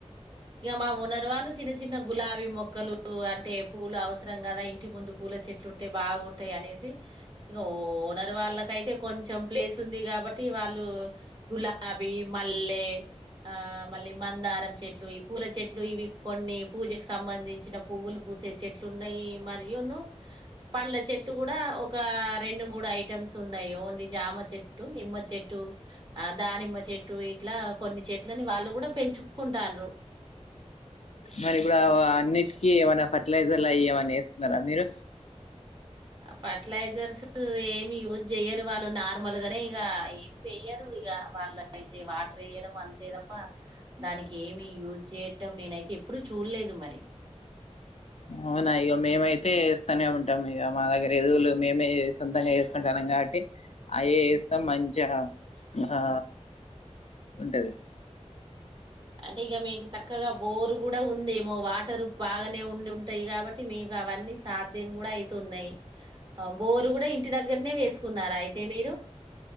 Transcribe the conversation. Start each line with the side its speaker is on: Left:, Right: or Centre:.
Right: ఇంక మా ఉనరువాళ్ళు చిన్న చిన్న గులాబీ మొక్కలు అంటే పూలు అవసరం కదా ఇంటి ముందు పూల చెట్లు ఉంటే బాగుంటాయి అనేసి ఇంక ఉనరువాళ్ళకైతే కొంచెం ప్లేస్ ఉంది కాబట్టి వాళ్ళు గులాబీ మల్లె ఆ మళ్ళీ మందారం చెట్లు పూల చెట్లు ఇవి కొన్ని పూజకు సంబంధించిన పువ్వులు పూసే చెట్లు ఉన్నాయి మరియు పండ్ల చెట్లు కూడా ఒక రెండు మూడు ఐటమ్స్ ఉన్నాయి ఓన్లీ జామ చెట్టు నిమ్మ చెట్టు ఆ దానిమ్మ చెట్టు ఇట్లా కొన్ని చెట్లని వాళ్ళు కూడా పెంచుకుంటారు
Left: మరి ఇప్పుడ అన్నిటికీ ఏమైనా ఫర్టిలైజర్ అ ఏమన్నా వేస్తున్నారా మీరు
Right: ఫర్టిలైజర్స్ ఏమి యూజ్ చెయ్యరు వాళ్ళు నార్మల్ గానే ఇక ఏమి వేయరు ఇక వాళ్ళు అయితే వాటర్ వేయడం అంతే తప్ప దానికి ఏమి యూజ్ చేయడం నేనైతే ఎప్పుడు చూడలేదు మరి
Left: అవునా ఇక మేమైతే వస్తూనే ఉంటాం ఇక మా దగ్గర ఎదువులు మేమే సొంతంగా చేసుకుంటాం కాబట్టి అయే వేస్తాం మంచిగా ఆ ఉంటది
Right: అంటే ఇక మీకు చక్కగా బోరు కూడా ఉందేమో వాటర్ బాగానే ఉండి ఉంట టాయి కాబట్టి మీకు అవన్నీ సాధ్యం కూడా అయితున్నాయి బోరు కూడా ఇంటి దగ్గరనే వేసుకున్నారా అయితే మీరు